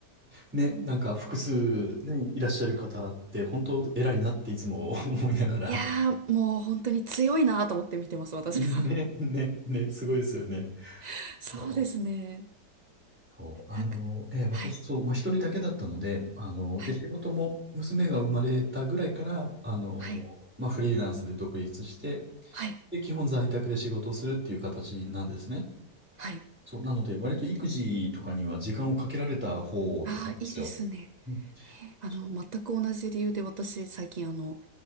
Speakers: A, in the centre; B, on the right.
A: ね、なんか複数、ね、いらっしゃる方って本当偉いなっていつも <laughs> 思いながら。
B: いやー、もう本当に強いなと思って見てます、私は。
A: ね、ね、ね、すごいですよね。
B: <laughs> そうですね。
A: そうそうあの、
B: なんか、
A: えー私、
B: はい、
A: そう、まあ、一人だけだったので、あの、
B: はい、
A: で、仕事も娘が生まれたぐらいから、あの、
B: はい、
A: まあ、フリーランスで独立して、
B: はい、
A: で、基本在宅で仕事をするっていう形なんですね。
B: はい。
A: そう、なので、割と育児とかには時間をかけられた方なんですよ。
B: ああ、いいですね。
A: うん、
B: えーあの、
A: そう。
B: 全く同じ理由で私、最近あの、